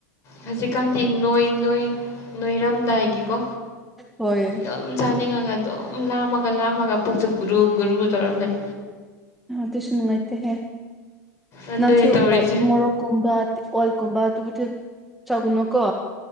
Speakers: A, on the left; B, in the centre.
A: ꯍꯧꯖꯤꯛꯀꯥꯟꯗꯤ ꯅꯣꯏ-ꯅꯣꯏ-ꯅꯣꯏꯔꯝꯗꯥꯏꯒꯤꯀꯣ
B: ꯍꯣꯏ
A: ꯗꯨꯝ ꯆꯥꯅꯤꯡꯉꯒ ꯑꯗꯨꯝ ꯂꯥꯝꯃꯒ ꯂꯥꯝꯃꯒ ꯄꯨꯛꯁꯨ ꯒꯨꯔꯨ ꯒꯨꯔꯨ ꯇꯧꯔ ꯂꯩ꯫
B: ꯍ ꯗꯨꯁꯨ ꯅꯨꯡꯉꯥꯏꯇꯦꯍꯦ
A: ꯑꯗꯨꯅꯦ
B: ꯅꯥꯟꯁꯨ
A: ꯇꯧꯔꯤꯁꯦ
B: ꯂꯥꯏꯞ ꯃꯣꯔꯣꯛ ꯀꯨꯨꯝꯕ ꯑꯣꯜꯀꯨꯝꯕ ꯇꯨꯕꯨꯇꯨ ꯆꯒꯅꯣꯀꯣ꯫